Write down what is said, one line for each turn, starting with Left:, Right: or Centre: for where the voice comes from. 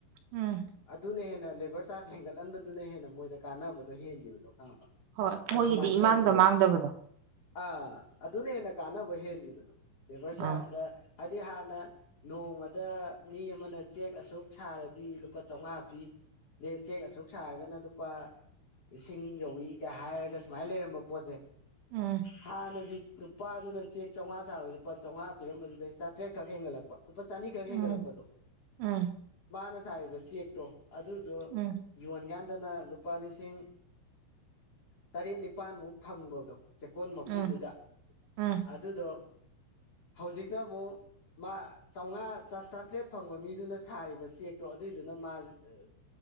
Right: ꯎꯝ
Left: ꯑꯗꯨꯅ ꯍꯦꯟꯅ ꯂꯦꯕꯔ ꯆꯥꯔꯖ ꯍꯦꯟꯒꯠꯂꯟꯕꯗꯨꯅ ꯍꯦꯟꯅ ꯃꯣꯏꯗ ꯀꯥꯟꯅꯕꯗꯣ ꯍꯦꯟꯒꯤꯕꯗꯣ ꯈꯪꯉꯕ
Right: ꯍꯣꯏ
Left: ꯑꯗꯨꯃꯥꯏꯅ
Right: ꯃꯣꯏꯒꯤꯗꯤ ꯏꯃꯥꯡꯗ
Left: ꯇꯧꯈ꯭ꯔꯦꯕ
Right: ꯃꯥꯡꯗꯕꯗꯣ
Left: ꯑꯥ ꯑꯗꯨꯅ ꯍꯦꯟꯅ ꯀꯥꯟꯅꯕ ꯍꯦꯟꯒꯤꯕꯗꯣ ꯂꯦꯕꯔ ꯆꯥꯔꯖꯇ
Right: ꯑꯥ
Left: ꯍꯥꯏꯗꯤ ꯍꯥꯟꯅ ꯅꯣꯡꯃꯗ ꯃꯤ ꯑꯃꯥꯅ ꯆꯦꯛ ꯑꯁꯨꯛ ꯁꯥꯔꯗꯤ ꯂꯨꯄꯥ ꯆꯧꯉꯥ ꯄꯤ ꯂꯦ ꯆꯦꯛ ꯑꯁꯨꯛ ꯁꯥꯔꯒꯅ ꯂꯨꯄꯥ ꯂꯤꯁꯤꯡ ꯌꯧꯋꯤꯒ ꯍꯥꯏꯔꯒ ꯁꯨꯃꯥꯏ ꯂꯩꯔꯝꯕ ꯄꯣꯠꯁꯦ
Right: ꯎꯝ
Left: ꯍꯥꯟꯅꯒꯤ ꯄꯥꯗꯨꯅ ꯆꯦꯛ ꯆꯧꯉꯥ ꯁꯥꯕꯗ ꯂꯨꯄꯥ ꯆꯧꯉꯥ ꯄꯤꯔꯝꯕꯗꯨꯗꯩ ꯆꯥꯇ꯭ꯔꯦꯠꯈꯛ ꯍꯦꯟꯒꯠꯂꯛ ꯄ ꯂꯨꯄꯥ ꯆꯅꯤ ꯈꯛ
Right: ꯎꯝ
Left: ꯍꯦꯟꯒꯠꯂꯛꯄꯗꯣ
Right: ꯎꯝ
Left: ꯃꯥꯅ ꯁꯥꯔꯤꯕ ꯆꯦꯛꯇꯣ ꯑꯗꯨꯗꯣ
Right: ꯎꯝ
Left: ꯌꯣꯟ ꯒꯥꯟꯗꯅ ꯂꯨꯄꯥ ꯂꯤꯁꯤꯡ ꯇꯔꯦꯠ ꯅꯤꯄꯥꯟꯃꯨꯛ ꯐꯪꯕꯗꯣ ꯆꯦꯛꯀꯣꯟ ꯃꯄꯨꯗꯨꯗ
Right: ꯎꯝ ꯎꯝ
Left: ꯑꯗꯨꯗꯣ ꯍꯧꯖꯤꯛꯅ ꯑꯃꯨꯛ ꯃꯥ ꯆꯧꯉꯥ ꯆꯥ ꯆꯥꯇ꯭ꯔꯦꯠ ꯐꯪꯕ ꯃꯤꯗꯨꯅ ꯁꯥꯔꯤꯕ ꯆꯦꯛꯇꯣ ꯑꯗꯨꯏꯗꯨꯅ ꯃꯥꯖꯦ ꯑꯥ